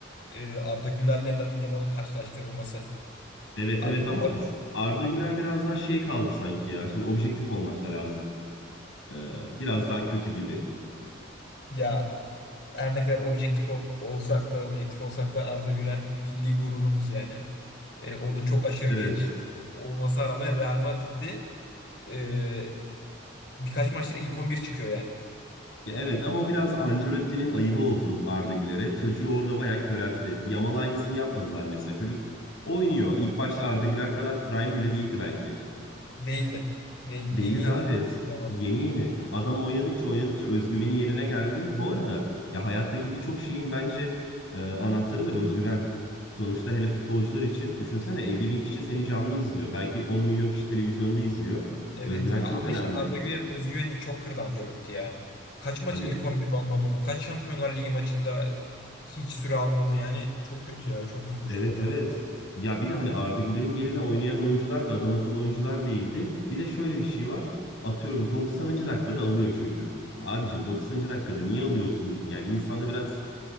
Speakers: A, on the left; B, on the left.
A: Ee, Arda Güler'le Lamine Yamal'ın karşılaştırılması.
B: Evet
A: Arda
B: evet
A: Güler
B: ama biz Arda Güler biraz daha şey kaldı sanki ya. Şimdi objektif olmak da lazım. Ee, biraz daha kötü gibi.
A: ya her ne kadar objektif o- olsak da objektif olsak da Arda Güler milli gururumuz yani. Ee, o da çok aşırı
B: Evet.
A: genç olmasına rağmen Real Madrid'de e, birkaç maçtır ilk 11 çıkıyor yani.
B: Ya evet ama o biraz da Ancelotti'nin ayıbı oldu Arda Güler'e. Çocuğu orada bayağı köreltti. Yamal aynısını yapmadılar mesela. Çocuk oynuyor. İlk başta Arda Güler kadar prime bile değildi belki.
A: Değildi. Değildi.
B: Değildi
A: Yeni yeni.
B: abi.
A: Yamal.
B: Yeni yeni. Adam oynadıkça oynadıkça özgüveni yerine geldi. Bu arada ya hayattaki birçok şeyin bence e, anahtarı da özgüven. Sonuçta hele futbolcular için düşünsene elli bin kişi seni canlı izliyor. Belki on milyon kişi televizyonda izliyor.
A: Evet
B: Özgüven
A: ya
B: çok
A: ama
B: önemli.
A: işte Arda Güler'in özgüvenini çok kırdı Ancelotti ya. Kaç maç
B: Aga,
A: ilk 11 olmadı onu. Kaç Şampiyonlar Ligi maçında e, hiç süre almadı. Yani çok kötü ya. Çok üzülmüştük
B: evet
A: o zaman.
B: evet. Ya bir de hani Arda Güler'in yerine oynayan oyuncular da adam akıllı oyuncular değildi. Bir de şöyle bir şey var. Atıyorum doksanıncı dakikada alıyor çocuğu. Ya abicim doksanıncı dakikada niye alıyorsun? Yani insanı biraz